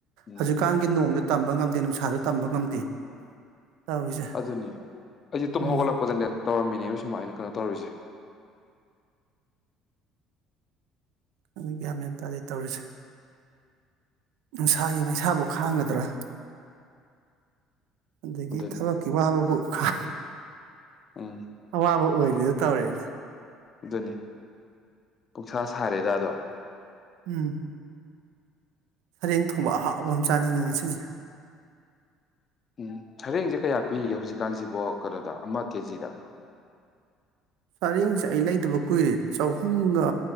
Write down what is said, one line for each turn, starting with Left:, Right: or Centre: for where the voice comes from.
Left: ꯎꯝ
Right: ꯍꯧꯖꯤꯛꯀꯥꯟꯒꯤ ꯅꯣꯡꯁ ꯇꯝꯕ ꯉꯝ ꯑꯗꯩ ꯅꯨꯡꯁꯥꯁꯨ ꯇꯝꯕ ꯉꯝꯗꯦ ꯇꯧꯔꯤꯁꯦ
Left: ꯑꯗꯨꯅꯦ ꯑꯩ ꯇꯨꯝ
Right: ꯎꯝ
Left: ꯍꯒꯣꯂꯛꯄꯗꯅꯦ ꯇꯧꯔꯝꯃꯤꯅꯦ ꯁꯨꯃꯥꯏꯅ ꯀꯩꯅꯣ ꯇꯧꯔꯔꯤꯁꯦ
Right: ꯑꯗꯨ ꯒ꯭ꯌꯥ ꯃ꯭ꯌꯥ ꯇꯥꯗꯦ ꯇꯧꯔꯤꯁꯦ ꯅꯨꯡꯁꯥꯒꯤ ꯃꯩꯁꯥꯕꯨꯧ ꯈꯥꯡꯒꯗ꯭ꯔꯥ ꯑꯗꯒꯤ
Left: ꯑꯗꯨꯅꯤ
Right: ꯊꯕꯛꯀꯤ ꯋꯥꯕꯕꯨ ꯈ
Left: ꯎꯝ
Right: ꯑꯋꯥꯕ ꯑꯣꯏꯔꯤꯗ ꯇꯧꯔꯛꯦꯅꯦ
Left: ꯑꯗꯨꯅꯤ ꯄꯨꯡꯁꯥ ꯁꯥꯔꯦꯗꯥꯗꯣ
Right: ꯎꯝ ꯁꯔꯦꯡ ꯊꯣꯡꯕ ꯑꯍꯥꯎꯕ ꯑꯃ ꯆꯥꯅꯤꯡꯏꯤ ꯉꯁꯤꯁꯦ
Left: ꯎꯝ ꯍꯌꯦꯡꯁꯦ ꯀꯌꯥ ꯄꯤꯒꯦ ꯍꯧꯖꯤꯛ ꯆꯖꯤꯛꯀꯥꯟꯁꯤꯕꯣ ꯀꯩꯅꯣꯗ ꯑꯃ ꯀꯦꯖꯤꯗ
Right: ꯄꯔꯦꯡꯁꯦ ꯑꯩ ꯂꯩꯇꯕ ꯀꯨꯏꯔꯦ ꯆꯍꯨꯝꯒ